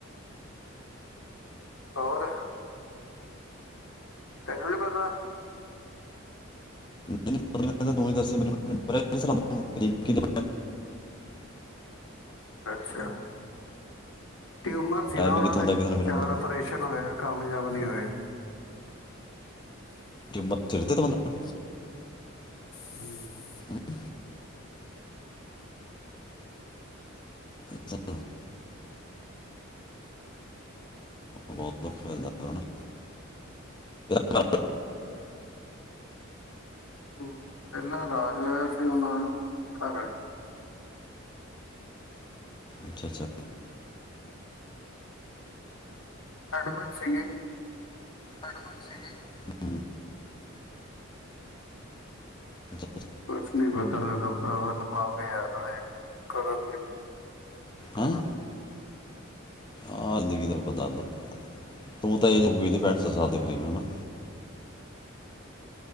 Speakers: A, on the left; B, on the left.
A: ਹੋਰ ਤੈਨੂੰ ਨੀ ਪਤਾ
B: ਨਹੀਂ ਦੂੰ ਦੱਸਿਆ ਮੈ ਕਿ
A: ਅੱਛਾ ਟਿਊਮਰ ਸੀ
B: ਟਾਈਮ
A: ਨਾ
B: ਹੀ
A: ਉਹਨਾਂ
B: ਕਿੱਥੋਂ
A: ਦੇ
B: ਹੁੰਦਾ ਕਿਸੇ ਨੂੰ ਮਿਲਣ
A: ਚਾਰ
B: ਦਾ
A: ਓਪਰੇਸ਼ਨ ਹੋਏ ਕਾਮਯਾਬ ਨੀ ਹੋਏ
B: ਬ ਸਿਰ ਤੇ ਤਾਂ ਬੰਦਾ
A: ਹਮ
B: ਹਮ ਬੰਦਾ ਬਹੁਤ ਔਖਾ ਏਦਾਾਂ ਕਾਰ
A: ਹਮ, ਪਹਿਲਾਂ ਰਾਜ ਹੋਇਆ ਸੀ ਉਹਨਾਂ ਦੀ ਮੰਮੀ ਘਰੀ ਹੋਈ ਸੀ
B: ਅੱਛਾ ਅੱਛਾ
A: ਐਡਮਣ ਸੀਗੇ
B: ਹਡਮ ਸ ਜ
A: ਕੁਛ ਨੀ ਪਤਾ ਲੱਗਦਾ ਭਰਾਵਾ ਦ ਪਾਾਵੇ ਕਦੋਂ ਕਿ
B: ਹੈਂ ਆਹਦਗੀ ਦਾ ਪਤਾਦਾ ਤੂੰ ਤਾਂ ਇਹਦੀ ਪੈਂਠ ਸੱਤ ਸਾਲ ਦੇ ਕਰੀਬ ਹਨਾ